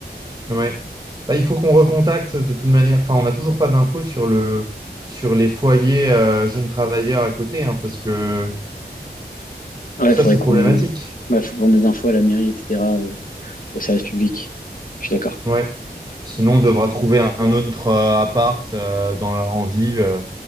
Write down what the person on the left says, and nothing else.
Ouais,
faudrait
qu'on,
ouais, faut prendre des infos à la mairie, etc., au, au service public. Je suis d'accord.